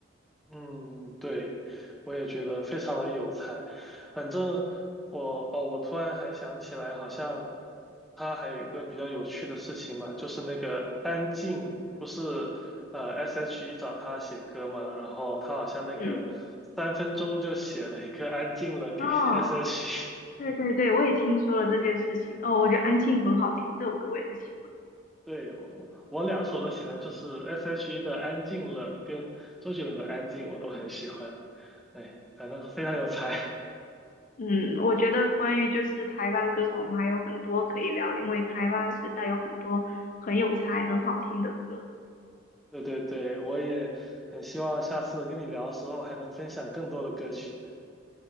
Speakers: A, in the centre; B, on the left.
A: 嗯，对，我也觉得非常的有才。反正我哦，我突然还想起来，好像他还有一个比较有趣的事情吧，就是那个安静，不是呃 S.H.E 找他写歌嘛，然后他好像那个
B: 嗯，
A: 三分钟就写了一个安静了给
B: 哦，
A: <laughs> S.H.E。
B: 对对对，我也听说了这件事情。哦，我觉得《安静》很好听，这首歌我也很喜欢。
A: 对，我我两首都喜欢，就是 S.H.E 的安静了跟周杰伦的安静我都很喜欢。哎，反正非常有才。
B: 嗯，我觉得关于就是台湾歌手，我们还有很多可以聊，因为台湾实在有很多很有才、很好听的歌。
A: 对对对，我也很希望下次跟你聊的时候还能分享更多的歌曲。